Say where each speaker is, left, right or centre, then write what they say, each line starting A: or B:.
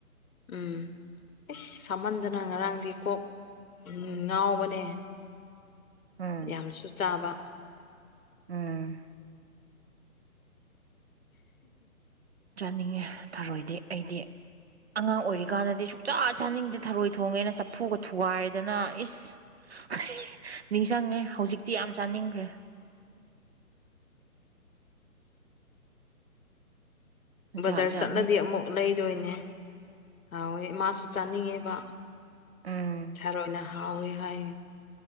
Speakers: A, on the left; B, on the right.
A: ꯎꯝ ꯎꯁ ꯁꯥꯃꯟꯗꯅ ꯉꯔꯥꯡꯗꯤ ꯀꯣꯛ ꯉꯥꯎꯕꯅꯦ꯫
B: ꯑ
A: ꯌꯥꯝꯁꯨ ꯆꯥꯕ
B: ꯎꯝ ꯆꯥꯅꯤꯡꯉꯦ ꯊꯔꯣꯏꯗꯤ ꯑꯩꯗꯤ꯫ ꯑꯉꯥꯡ ꯑꯣꯏꯔꯤꯀꯥꯟꯗꯗꯤ ꯁꯨꯡꯆꯥ ꯆꯥꯅꯤꯡꯗꯦ ꯊꯔꯣꯏ ꯊꯣꯡꯉꯦꯅ ꯆꯐꯨꯒ ꯊꯨꯒꯥꯏꯗꯅ ꯏꯁ ꯅꯤꯡꯁꯡꯉꯦ ꯍꯧꯖꯤꯛꯇꯤ ꯌꯥꯝ ꯆꯥꯅꯤꯡꯒ꯭ꯔꯦ
A: ꯕꯖꯥꯔ
B: ꯖꯥꯠ ꯖꯥꯠꯅꯤ
A: ꯆꯠꯂꯗꯤ ꯑꯃꯨꯛ ꯂꯩꯗꯣꯏꯅꯦ ꯍꯥꯎꯋꯦ ꯃꯥꯁꯨ ꯆꯥꯅꯤꯡꯉꯦꯕ
B: ꯎꯝ
A: ꯊꯔꯣꯢꯅ ꯍꯥꯎꯋꯦ ꯍꯥꯏꯌꯦ